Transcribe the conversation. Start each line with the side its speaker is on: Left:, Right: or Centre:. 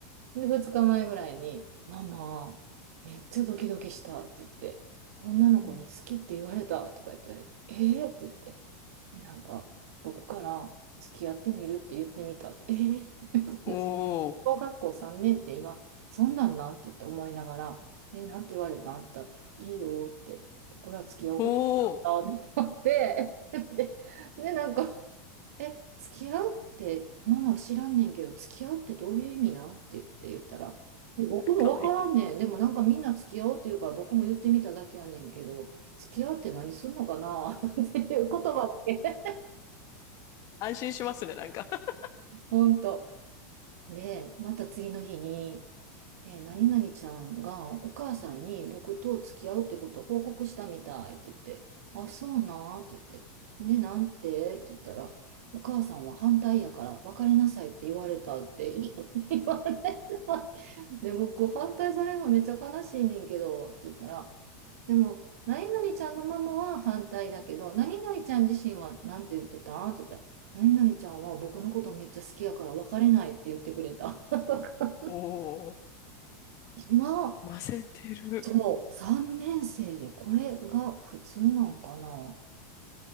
Right: で、二日前ぐらいに、ママ、めっちゃドキドキしたって言って、女の子に好きって言われたとか言って言われて、
Left: うん
Right: えーって言って、で、なんか、僕から付き合ってみるって言ってみたって、えーって話
Left: おお、
Right: 小学校3年って今、そんなんなんって言って思いながら、え、なんて言われたんって言ったら、いいよって、僕ら付き合おうって言ったってなって、
Left: おお、
Right: <laughs> で、で、なんかえ、付き合うって、ママ知らんねんけど、付き合うってどういう意味なんって言って言ったら、え僕もわからんねん。
Left: かわいい。
Right: でもなんかみんな付き合おうって言うから僕も言ってみただけやねんけど、付き合うって何するのかな <laughs> っていう言葉だけ。
Left: 安心しますね、なんか。<laughs>
Right: ほんと。で、また次の日に、えー何々ちゃんがお母さんに僕と付き合うってことを報告したみたいって言って、あ、そうなんって言って、で、なんてって言ったら、お母さんは反対やから別れなさいって言われたって言われた <laughs> で、僕、反対されるのめっちゃ悲しいねんけど、って言ったら、でも、何々ちゃんのママは反対だけど、何々ちゃん自身はなんて言ってたって言ったら、何々ちゃんは僕のことめっちゃ好きやから別れないって言ってくれた。<laughs> とか、
Left: おお、
Right: 今、
Left: ませてる。
Right: そう、3年生でこれが普通なんかな